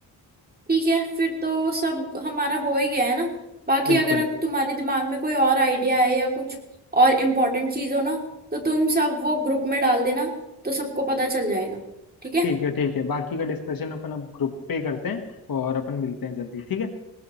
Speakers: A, on the right; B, on the left.
A: ठीक है फिर तो सब हमारा हो ही गया है ना बाकी
B: बिल्कुल
A: अगर तुम्हारे दिमाग में कोई और आइडिया है या कुछ और इम्पोर्टेंट चीज हो ना तो तुम सब वो ग्रुप में डाल देना तो सबको पता चल जाएगा ठीक
B: ठीक
A: है
B: है ठीक है बाकी का डिस्कशन अपन अब ग्रुप पे ही करते हैं और अपन मिलते हैं जल्दी ठीक है